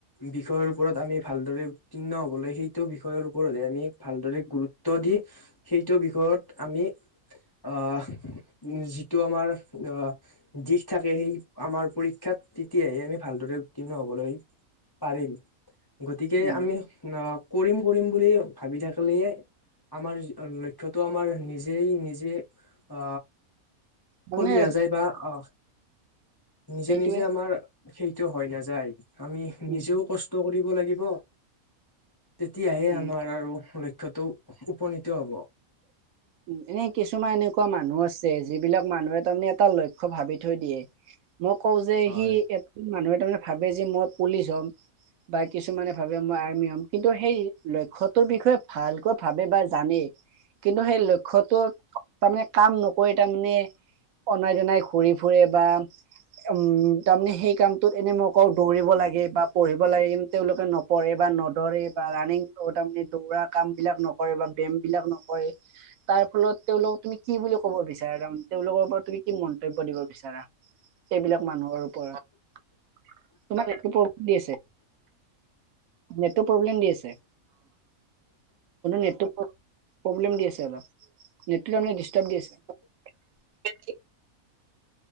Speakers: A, on the left; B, on the right.
A: বিষয়ৰ ওপৰত আমি ভালদৰে উত্তীৰ্ণ হ'বলৈ সেইটো বিষয়ৰ ওপৰতে আমি ভালদৰে গুৰুত্ব দি সে এইটো বিষয়ত আমি অ', উ যিটো আমাৰ অহ, দিশ থাকে সেইটো আমাৰ পৰীক্ষাত তেতিয়াহে আমি ভালদৰে উত্তীৰ্ণ হ'বলৈ পাৰিম। গতিকে
B: উম
A: আমি অ', কৰিম কৰিম বুলি ভাবি থাক আলে আমাৰ লক্ষ্যটো আমাৰ নিজেই নিজে অ'।
B: মানে
A: চলি নাযায় বা অ'। নিজে
B: সেইটোৱে
A: নিজে আমাৰ সেইটো হৈ নাযায়, আমি
B: উম
A: নিজেও কষ্ট ট' কৰিব লাগিব। তেতিয়াহে
B: উম
A: আমাৰ আৰু লক্ষ্যটো উপনীত হ'ব।
B: উম, এনে কিছুমান এনেকুৱা মানুহ আছে যিবিলাক মানুহে তাৰমানে এটা লক্ষ্য ভাবি থৈ দিয়ে। মই কওঁ যে
A: হয়
B: সি এ মানুহে তাৰে ভাবে যে মই পুলিচ হ'ম। বা কিছুমানে ভাবে মই আৰ্মি হম। কিন্তু সেই লক্ষ্যটোৰ বিষয়ে ভালকৈ ভাবে বা জানেই কিন্তু সেই ক্ষ্যটোৰ তাৰমানে কাম নকৰে তাৰমানে অনাই জনাই ঘূৰি ফুৰে বা উম, তাৰমানে সেই কামটোত এনে মোই কওঁ দৌৰিব লাগে বা পঢ়িব লাগে তেওঁলোকে নপঢ়ে বা নদৌৰে বা ৰাণিং তাৰমানে দৌৰা কামবিলাক নকৰে বা ব ব্যায়ামবিলাক নকৰে। তাৰ ফলত তেওঁলোকক তুমি কি বুলি ক'ব বিচাৰা তাৰমানে তেওঁলোকৰ ওপৰত তুমি কি মন্তব্য দিব বিচাৰা? এইবিলাক মানুহৰ ওপৰত তোমাক <unintelligible> দি আছে। নেটটো প্ৰব্লেম দি আছে নেটটো প্ৰব্লেম দি আছো অলপ নেটটো তাৰমানে ডিষ্টাৰ্ব দি আছে।